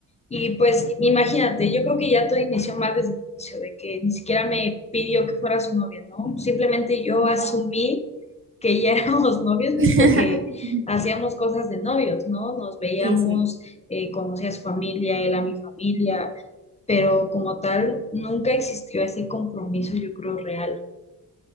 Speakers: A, on the left; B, on the right.
A: Y pues imagínate, yo creo que ya todo inició mal desde el inicio, de que ni siquiera me pidió que fuera su novia, ¿no? Simplemente yo
B: Nada.
A: asumí que ya <laughs> éramos novios,
B: <laughs>
A: pues porque hacíamos cosas de novios, ¿no? Nos veíamos,
B: Sí, sí.
A: eh, conocía a su familia, él a mi familia, pero como tal, nunca existió ese compromiso, yo creo, real.